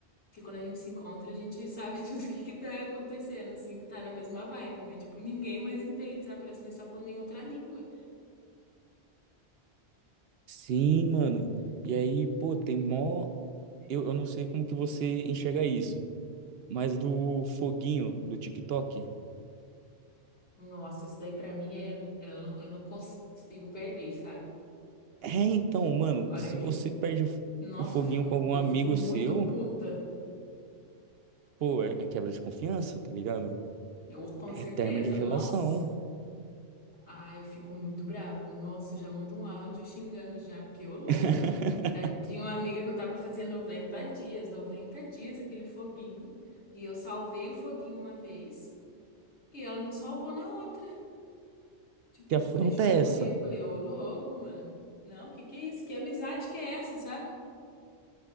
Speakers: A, on the left (about 80°); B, on the right (about 70°).
A: que quando a gente se encontra a gente sabe <laughs> tudo o que que tá acontecendo, assim, que tá na mesma vibe, mas tipo, ninguém mais entende, sabe? Parece que nós tá falando em outra língua.
B: Sim, mano. E aí, pô, tem mó. Eu, eu não sei como que você enxerga isso. Mas do foguinho do TikTok?
A: Nossa, isso daí pra mim é, eu não, eu não consigo perder, sabe?
B: É, então, mano,
A: A
B: que
A: hora
B: se
A: que,
B: você perde o f-
A: nossa,
B: o foguinho
A: eu fico,
B: com algum
A: eu
B: amigo
A: fico muito
B: seu,
A: puta.
B: pô, é, é quebra de confiança, tá ligado?
A: Eu, com
B: É
A: certeza,
B: término de relação.
A: nossa. Ah, eu fico muito brava. Nossa, eu já mando um áudio xingando já, porque ô louco,
B: <laughs>
A: mano. Tá, tinha uma amiga que eu tava fazendo 90 dias, 90 dias aquele foguinho. E eu salvei o foguinho uma vez e ela não salvou na outra. Tipo,
B: Que afronta
A: deixou
B: é
A: morrer.
B: essa?
A: Eu falei, ô louco, mano. Não, que que é isso? Que amizade que é essa, sabe?